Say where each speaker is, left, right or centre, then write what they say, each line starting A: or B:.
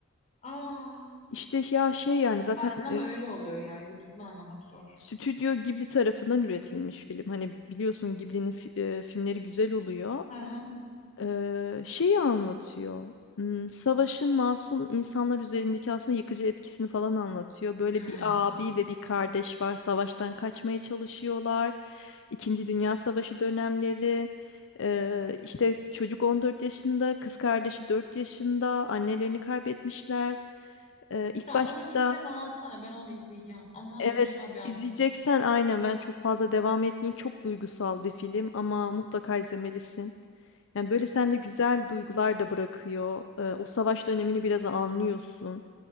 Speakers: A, on the left; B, on the left.
A: Aa,
B: İşte ya şey yani zaten
A: bazen ama
B: e,
A: öyle oluyor ya. YouTube'unu anlamak zor.
B: Stüdyo Ghibli tarafından üretilmiş film. Hani biliyorsun Ghibli'nin fi- e, filmleri güzel oluyor.
A: Hı hı.
B: Ee, şeyi anlatıyor. Hmm, Savaşın masum insanlar üzerindeki aslında yıkıcı etkisini falan anlatıyor. Böyle
A: Hmm.
B: bir abi ve bir kardeş var. Savaştan kaçmaya çalışıyorlar. İkinci Dünya Savaşı dönemleri. Ee, işte çocuk 14 yaşında, kız kardeşi 4 yaşında. Annelerini kaybetmişler. Ee, ilk
A: Ya
B: başta
A: onun linkini bana atsana. Ben onu izleyeceğim. Ama
B: Evet
A: duygusal bir
B: izleyeceksen aynen ben çok fazla devam etmeyeyim. Çok duygusal bir film ama mutlaka izlemelisin. Yani böyle sende güzel duygular da bırakıyor. Ee, o savaş dönemini biraz anlıyorsun.